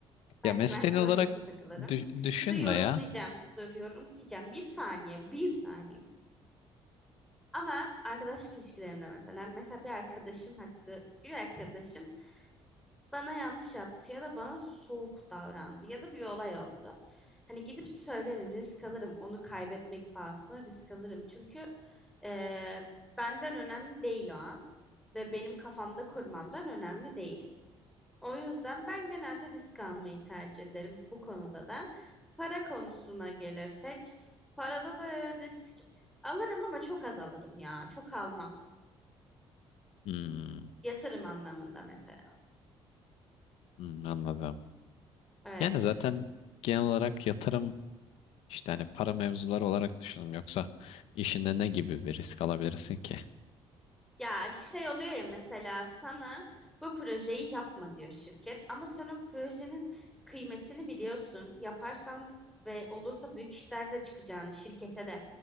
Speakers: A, in the centre; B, on the left.
A: Ben
B: ya mesleğin
A: güvenli
B: olarak
A: bölgede takılırım.
B: dü- düşünme
A: Şimdi yorumlayacağım.
B: ya.
A: Dur yorumlayacağım. Bir saniye, bir saniye. Ama arkadaş ilişkilerimde mesela, mesela bir arkadaşım hakkı, bir arkadaşım bana yanlış yaptı ya da bana soğuk davrandı ya da bir olay oldu. Hani gidip söylerim, risk alırım. Onu kaybetmek pahasına risk alırım. Çünkü eee, benden önemli değil o an ve benim kafamda kurmamdan önemli değil. O yüzden ben genelde risk almayı tercih ederim bu konuda da. Para konusuna gelirsek, parada da risk alırım ama çok az alırım ya. Çok almam.
B: Hmm,
A: Yatırım anlamında mesela.
B: hmm, anladım.
A: Evet.
B: Yani zaten genel olarak yatırım işte hani para mevzuları olarak düşündüm yoksa işinde ne gibi bir risk alabilirsin ki?
A: Ya şey oluyor ya mesela sana bu projeyi yapma diyor şirket ama sen o projenin kıymetini biliyorsun. Yaparsan ve olursa büyük işler de çıkacağını, şirkete de